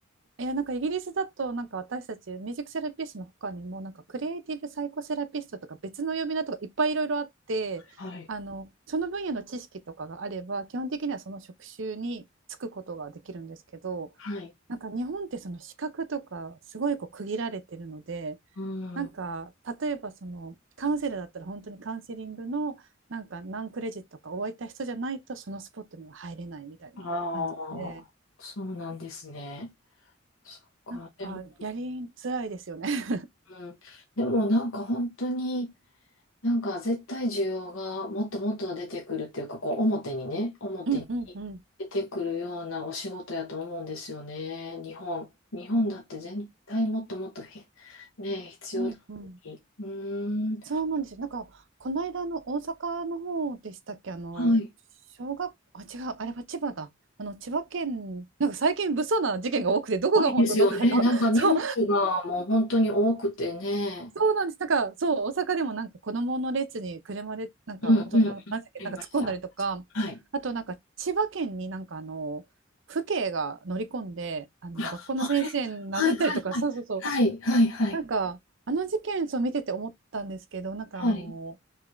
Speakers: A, on the right (about 65°); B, on the left (about 85°).
A: いや、なんかイギリスだと、なんか私たちミュージックセラピストの他にも、なんかクリエイティブサイコセラピストとか別の呼び名とかいっぱいいろいろあって、
B: はい。
A: あの、その分野の知識とかがあれば、基本的にはその職種に就くことができるんですけど、
B: はい。
A: なんか日本ってその資格とかすごいこう区切られてるので、
B: うん。
A: なんか例えばそのカウンセラーだったら本当にカウンセリングのなんか何クレジットかをわった人じゃないとそのスポットには入れないみたいな感じで、
B: ああ、そうなんですね。そっか。
A: なんかやりづらいですよね。
B: でも、うん。でもなんか本当に、なんか絶対需要がもっともっと出てくるっていうか、こう表にね、表に出てくるようなお仕事やと思うんですよね。
A: うんうんうん
B: 日本。日本だって絶対もっともっとひね、必要だのに。
A: うんうん
B: うーん。
A: そうなんですよ。なんかこの間の大阪の方でしたっけあの
B: はい。
A: 小学あ違うあれは千葉だ。あの千葉県なんか最近物騒な事件が多くてどこが本当どこだか
B: 多いですよね。なんかニュースがもう本当に多くてね。
A: <laughs> そうそうなんです。なんかそう大阪でもなんか子供の列に車でなんか大人なんだっけなんか突っ込んだりとかあとなんか千葉県になんかあの父兄が乗り込んであの学校の先生殴ったりとかそうそうそう
B: うんうんうん。ありました。はい。あ、あれ、はいはいはい。はいはいはい。
A: なんか、あの事件を見てて思ったんですけど、なんかあの、
B: はい。